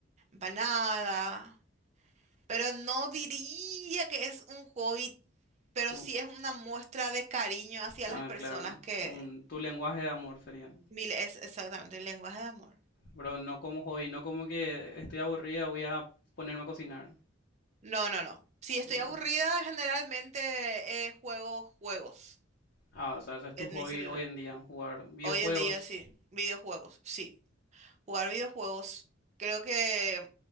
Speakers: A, on the right; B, on the left.
A: Para nada. Pero no diría que es un hobby, pero
B: como-
A: sí es una muestra de cariño hacia
B: ah,
A: las personas
B: claro,
A: que...
B: un, tu lenguaje de amor sería.
A: Mil es exactamente el lenguaje de amor.
B: Pero no como hobby, no como que estoy aburrida, voy a ponerme a cocinar.
A: No, no, no. Si estoy
B: Ah,
A: aburrida, generalmente eh, juego juegos
B: ah, o sea, ese es tu
A: en
B: hobby
A: mi celular.
B: hoy en día, jugar videojuegos.
A: Hoy en día sí, videojuegos, sí. Jugar videojuegos. Creo que